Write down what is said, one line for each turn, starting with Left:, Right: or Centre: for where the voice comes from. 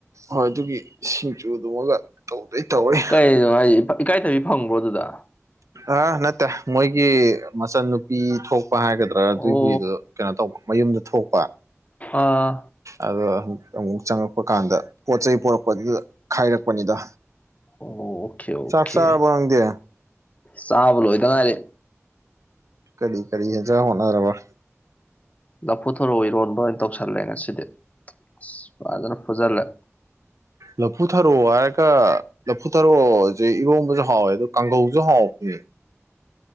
Right: ꯍꯣꯏ ꯑꯗꯨꯒꯤ ꯁꯤꯡꯖꯨ ꯑꯗꯨꯃꯒ ꯇꯧꯗꯣꯏ ꯇꯧꯔꯤ
Left: ꯀꯩꯅꯣ ꯍꯥꯏ ꯏꯀꯥꯏꯊꯕꯤ ꯐꯪꯕ꯭ꯔꯣ ꯑꯗꯨꯗ
Right: ꯑ ꯅꯠꯇꯦ ꯃꯣꯏꯒꯤ ꯃꯆꯟꯅꯨꯄꯤ ꯊꯣꯛ ꯄ ꯍꯥꯏꯒꯗ꯭ꯔꯥ ꯑꯗꯨꯒꯤꯗ
Left: ꯑꯣ
Right: ꯀꯩꯅꯣ ꯇꯧꯕ ꯃꯌꯨꯝꯗ ꯊꯣꯛꯄ
Left: ꯑꯥ
Right: ꯑꯗꯣ ꯑꯃꯨ ꯑꯃꯨꯛ ꯆꯪꯉꯛꯄ ꯀꯥꯟꯗ ꯄꯣꯠ ꯆꯩ ꯄꯣꯔꯛꯄꯗꯨꯗ ꯈꯥꯏꯔꯛꯄꯅꯤꯗ
Left: ꯑꯣ ꯑꯣꯀꯦ ꯑꯣꯀꯦ
Right: ꯆꯥꯛ ꯆꯥꯛꯕꯔꯣꯡ ꯗꯦ
Left: ꯆꯥꯕ ꯂꯣ ꯏꯗ ꯉꯥꯏꯔꯦ
Right: ꯀꯔꯤ ꯀꯔꯤ ꯍꯖ ꯍꯅ ꯔꯕ
Left: ꯂꯐꯨ ꯊꯔꯣ ꯏꯔꯣꯝꯕꯥ ꯑꯣꯏ ꯇꯧ ꯇꯧꯁꯜꯂꯦ ꯉꯁꯤꯗꯤ ꯑꯁ ꯐꯖꯅ ꯐꯨꯖꯜꯂꯦ
Right: ꯂꯐꯨ ꯊꯔꯛꯑꯣ ꯍꯥꯏꯔꯒ ꯂꯐꯨ ꯆꯠꯊꯔꯛꯑꯣꯁꯦ ꯏꯔꯣꯝꯕꯁꯨ ꯍꯥꯎꯋꯦ ꯑꯗꯣ ꯀꯥꯡꯒꯧꯁꯨ ꯍꯥꯎꯕꯅꯦ